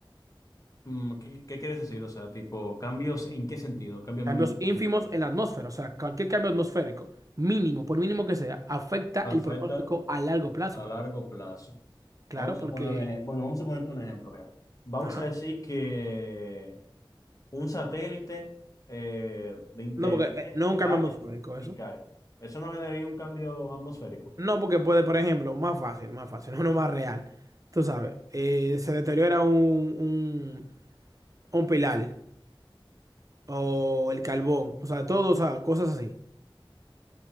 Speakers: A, on the left; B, on the right.
A: Mm, ¿Qué, qué quieres decir? O sea, tipo, ¿cambios en qué sentido? Cambio
B: Cambios
A: mínimo importante.
B: ínfimos en la atmósfera, o sea, cualquier cambio atmosférico, mínimo, por mínimo que sea, afecta
A: Afecta
B: el pronóstico a largo plazo.
A: a largo plazo.
B: Claro,
A: Vamos
B: porque...
A: a poner, un ejem- bueno, vamos a ponerte un ejemplo, mira. Vamos
B: Ajá.
A: a decir que un satélite eh, de internet
B: No, porque eh, no es un cambio
A: falla
B: atmosférico eso.
A: y cae. Eso no generaría un cambio atmosférico.
B: No, porque puede, por ejemplo, más fácil, más fácil, no, no más real. Tú sabes, eh, se deteriora un, un, un pilar o el carbón, o sea, todo, o sea, cosas así.